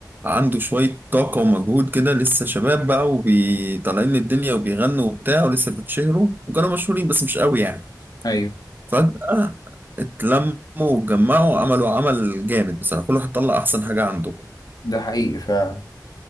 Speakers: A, on the right; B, on the left.
A: عنده شوية طاقة ومجهود كده لسه شباب بقى وطالعين للدنيا وبيغنوا وبتاع ولسه بتشهروا وكانوا مشهورين بس مش قوي يعني
B: ايوه
A: فجأة اتلموا واتجمعوا عملوا عمل جامد بصراحة كل واحد طلع أحسن حاجة عنده
B: ده حقيقي فعلا